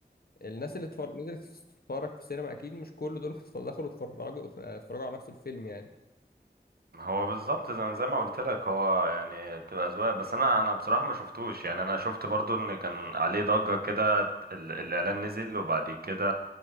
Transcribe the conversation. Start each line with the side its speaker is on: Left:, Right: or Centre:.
Left: الناس اللي اتفرج نزلت تتفرج في السينما اكيد مش كل دول <laughs> دخلوا اتفرجوا اتفرجوا على نفس الفيلم يعني
Right: هو بالظبط زي زي ما قلت لك هو يعني بتبقى اذواق بس انا انا بصراحه ما شفتوش يعني انا شفت برضو ان كان عليه ضجه كده ال- الاعلان نزل وبعد كده